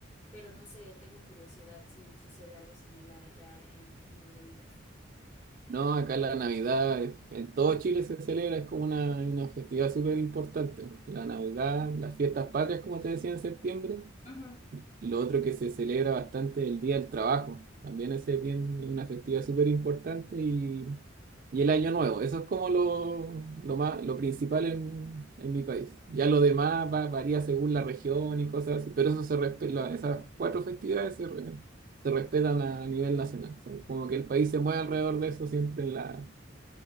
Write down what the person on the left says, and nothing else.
pero no sé, tengo curiosidad si sucede algo similar allá en, en donde vives.
Ujú.